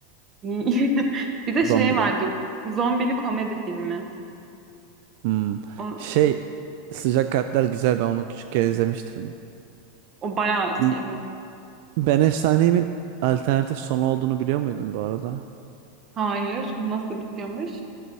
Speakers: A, on the right (about 30°); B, on the right (about 60°).
A: <laughs> Bir de
B: zombiler.
A: şey vardı. Zombili komedi filmi.
B: Hmm.
A: O,
B: Şey sıcak kalpler güzel ben onu küçükken izlemiştim.
A: o bayağı eski
B: Bir-
A: evet.
B: Ben Efsaneyimin alternatif sonu olduğunu biliyor muydun bu arada?
A: Hayır. Nasıl bitiyormuş?